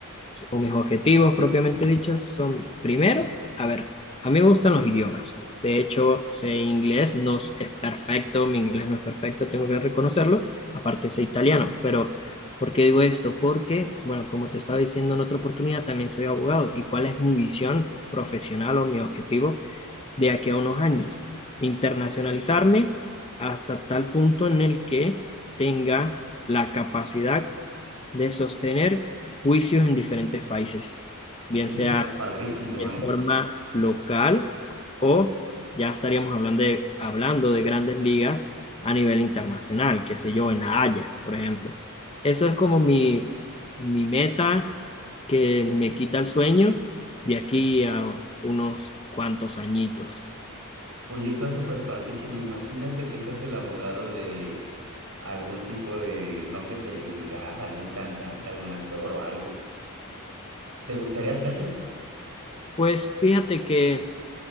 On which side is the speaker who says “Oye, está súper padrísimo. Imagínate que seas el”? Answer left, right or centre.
Right